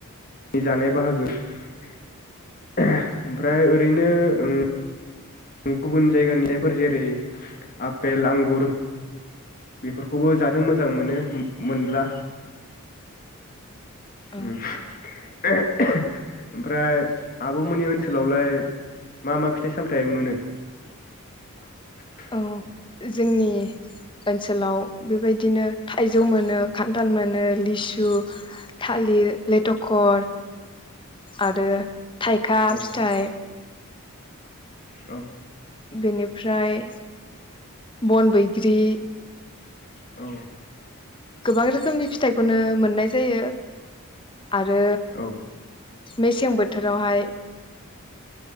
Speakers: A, on the left; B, on the left.
A: जानाय बाहागो <unintelligible> ओमफ्राय ओरैनो ओम गुबुन जायगानि <unintelligible> जेरै आफेल आंगुर बेफोरखौबो जानो मोजां मोनो मो-मोनब्ला।
B: औ
A: ओम <unintelligible> ओमफ्राय आब'मोननि ओनसोलावलाय मा मा फिथाइ सामथाइ मोनो <unintelligible>
B: औ जोंनि ओनसोलाव बेबायदिनो थाइजौ मोनो खान्थाल मोनो लिसु थालिर लेथखर आरो थाइखा
A: औ
B: फिथाइ
A: औ
B: बेनि <unintelligible> ओमफ्राय बन बैग्रि
A: औ
B: गोबां रोखोमनि फिथाइखौनो मोननाय जायो आरो
A: औ
B: मेसें बोथोरावहाय